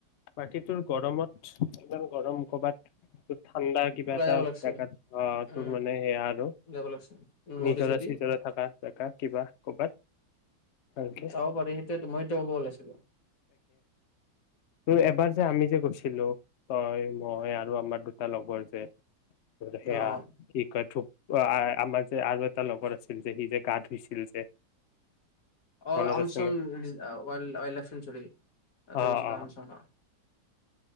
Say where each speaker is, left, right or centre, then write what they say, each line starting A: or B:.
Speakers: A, on the left; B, on the left.
A: বাকী তোৰ গৰমত কিমান গৰম কৰবাত। ঠাণ্ডা কিবা
B: ওলাই
A: এটা
B: যাব লাগিছিল
A: জেগাত অহ
B: উম
A: ', তোৰ মানে সেয়া আৰু
B: যাব লাগিছিল নদী
A: নিজৰা
B: চদী
A: চিজৰা থকা জেগা কিবা কৰ'বাত। ঔকে
B: যাব পাৰি সেইটোৱে মই সেয়া ক'ব ওলাইছিলো।
A: ত', এবাৰ যে আমি যে গৈছিলো তই মই আৰু আমাৰ দুটা লগৰ যে। সেয়া
B: অ অ
A: কি কয় থুপ। আমাৰ যে আৰু এটা লগৰ আছিল যে সি যে গা ধুইছিল যে।
B: অ
A: মনত
B: আমচ
A: আছে নে
B: ইচ দ্যা ৱাল্ড লাইফ চেনচুৰী তাতে
A: অ
B: গৈছো ৰাম
A: অ
B: চহৰ